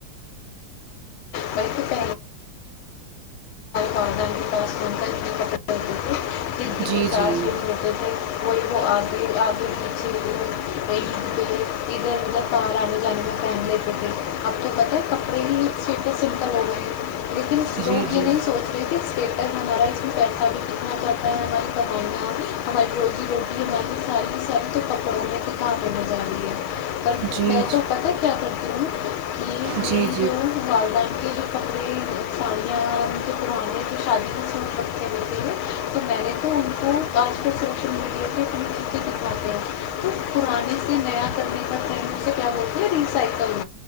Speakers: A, on the left (about 75°); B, on the right (about 85°).
A: ب والدین کے پاس کون سا اتنے کپڑے ہوتے تھے زندگی
B: جی
A: چار
B: جی
A: سوس رتے تھے کوئی وہ آگے آگے پچے عید کےے ادھر ادھر بر آنے جانے میں پہن لیتے تھے اب تو پتہ ہے کپڑے ہی سیٹ سمپل ہو گئے ہیں لیکن
B: جی
A: لوگ
B: جی
A: یہ نہیں سوچ رہے کہ اسٹیٹس ہمارا پیسہ بھی کتنا پتا ہے ہمارے بنائیا ہماری روزی روٹی ہماری ساریی ساری تو کپڑوں میں کے کام ہونے جا رہی ہے پر
B: جی
A: میں تو پتا کیا کرتی ہوں کہ
B: جی
A: میری
B: جی
A: جو والد کے کپڑے ساڑیاں م جو پرانے جو شادی کے سوٹ رکھے ہوتے ہیں تو میں نے ان کو آج کے سوشل میڈیا پہ کنی چیزیں دکھواتے ہیں تو پرانے سے نیا کرنے کا ٹرینڈ سے کیا بولتی ہے ریسائیکل